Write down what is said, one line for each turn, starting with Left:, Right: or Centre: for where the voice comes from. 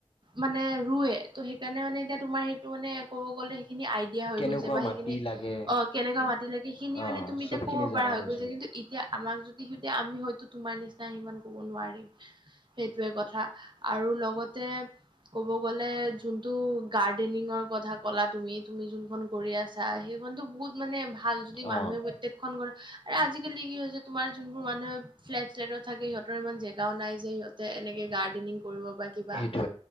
Right: মানে ৰুৱে ত' সেইকাৰণে মানে এতিয়া তোমাৰ সেইটো মানে ক'ব গ'লে সেইখিনি আইডিয়া হৈ
Left: কেনেকুৱা
Right: গৈছে বা
Left: মাটি
Right: সেইখিনি
Left: লাগে,
Right: অ কেনেকুৱা মাতি লাগে সেইখিনি
Left: অ,
Right: মানে তুমি এতিয়া
Left: চবখিনি
Right: ক'ব
Left: জানা
Right: পৰাা হৈ
Left: হৈছো।
Right: গৈছে কিন্তু এতিয়া আমাক যদি সেই এতিয়া আমি হয়তো তোমাৰ নিচিনা সিমান ক'ব নোৱাৰিম সেইটোৱে কথা আৰু লগত ক'ব গ'লে গাৰ্ডেনিংৰ কথা ক'লা তুমি তুমি যোনখনন কৰি আছা সেইখন টো বহুত মানে ভ ভাল যদি মানুহে
Left: অ,
Right: প্ৰত্েকখন ঘ আজিাল কি হৈছে তোমাৰ যোনবোৰ মানুহে ফ্লেট্লেট থে সিহঁৰ ইমান জোও নাই যে সিহঁতে এনেকে গাৰ্ডেনিং কৰিব বা কিবা
Left: স